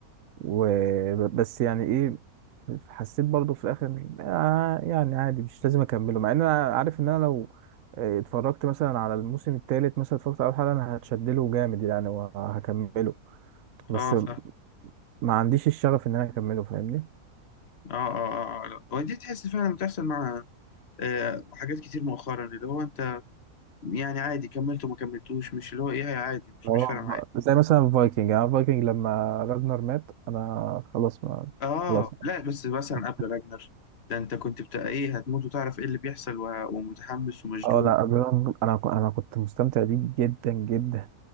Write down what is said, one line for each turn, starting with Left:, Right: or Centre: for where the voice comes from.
Right: وبس يعني إيه حسيت برضو في الآخر آه يعني عادي مش لازم أكمله مع إن أنا عارف إن أنا لو آه، اتفرجت مثلا على الموسم الثالث مثلا اتفرجت على أول حلقة أنا هتشدله جامد يعني وهكمله بس
Left: اه صح اه
Right: ما عنديش الشغف إن أنا أكمله فاهمني؟
Left: اه اه, آه لا. ودي تحس فعلا بتحصل مع آه حاجات كتير مؤخرا اللي هو انت يعني عادي كملت وما كملتوش مش اللي هو ايه عادي مش
Right: اه
Left: مش فارقه معايا
Right: زي مثلا فايكنج يعني فايكنج لما راجنر مات أنا خلاص ما
Left: اه
Right: خلاص
Left: لا بس مثلا
Right: <laughs>
Left: قبل راجنر ده انت كنت بتاع ايه هتموت وتعرف ايه اللي بيحصل وه- ومتحمس ومشدود
Right: اه لا ابيض انا ك- انا كنت مستمتع بيه جدا جدا